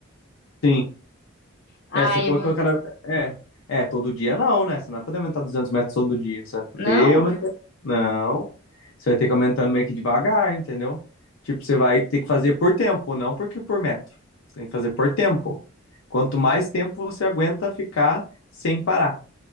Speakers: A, on the left; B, on the left.
A: Sim.
B: Aí
A: É, se for
B: eu vou...
A: que eu quero. É, é, todo dia não, né? Você não vai poder aumentar 200 metros todo dia. Você vai poder
B: Não?
A: aumentar. Não. Você vai ter que aumentando meio que devagar, entendeu? Tipo, você vai ter que fazer por tempo, não porque por metro. Você tem que fazer por tempo. Quanto mais tempo você aguenta ficar sem parar.